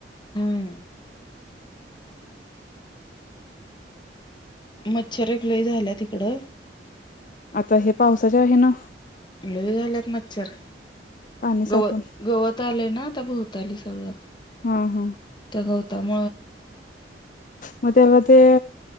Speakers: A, on the left; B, on the left.
A: हम्म मच्छर एक लय झाल्यात हिकडं.
B: आता हे पावसाच्या हे न.
A: लय झाल्यात मच्छर
B: पाणी साठून
A: गवत गवत आलेय ना आता भोवताली सगळं.
B: हा- हा.
A: तो गौतम
B: मग त्याला ते